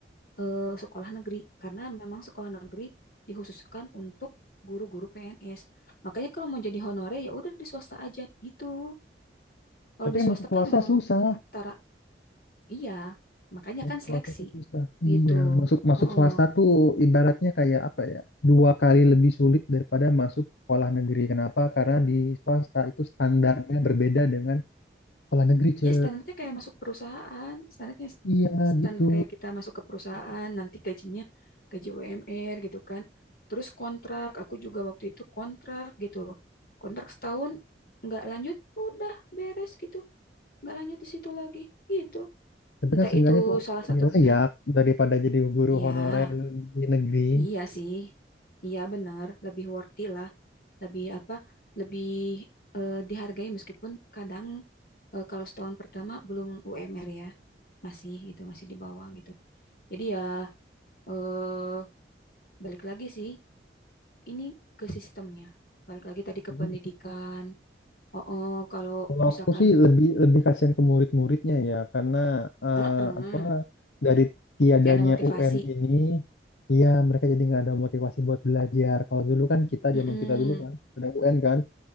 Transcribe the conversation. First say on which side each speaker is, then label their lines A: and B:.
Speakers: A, on the left; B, on the left.
A: eh, sekolah negeri, karena memang sekolah negeri dikhususkan untuk guru-guru PNS. Makanya kalau mau jadi honorer ya udah di swasta aja gitu. Kalau
B: Tapi
A: di
B: kan
A: swasta
B: masuk swasta
A: kan memang
B: susah.
A: setara Iya, makanya
B: Masuk
A: kan seleksi
B: swasta tuh susah. Iya,
A: gitu.
B: masuk masuk
A: Oh,
B: swasta tuh ibaratnya kayak apa ya? Dua kali lebih sulit daripada masuk sekolah negeri. Kenapa? Karena di swasta itu standarnya berbeda dengan sekolah negeri, Ce.
A: Ya standarnya kayak masuk perusahaan, standarnya
B: Iya,
A: standar
B: gitu.
A: kayak kita masuk ke perusahaan, nanti gajinya gaji UMR gitu kan. Terus kontrak, aku juga waktu itu kontrak gitu. Kontrak setahun nggak lanjut, udah beres gitu. Nggak lanjut di situ lagi gitu.
B: Tapi
A: Entah
B: kan seenggaknya
A: itu
B: tuh
A: salah
B: lebih
A: satu
B: layak
A: pihak.
B: daripada jadi guru
A: Ya,
B: honorer di negeri.
A: iya sih. Iya benar, lebih worthy lah. lebih apa lebih eh, dihargai meskipun kadang eh, kalau setahun pertama belum UMR ya masih gitu masih di bawah gitu jadi ya eh, balik lagi sih ini ke sistemnya balik lagi tadi ke
B: Jadi,
A: pendidikan oh, oh kalau
B: Kalau
A: misalkan
B: aku sih lebih lebih kasihan ke murid-muridnya ya, karena eh,
A: eh eh,
B: apa dari tiadanya
A: nggak ada motivasi
B: UN ini, ya mereka jadi nggak ada motivasi buat belajar. Kalau dulu kan kita
A: mm
B: zaman kita dulu kan ada UN kan,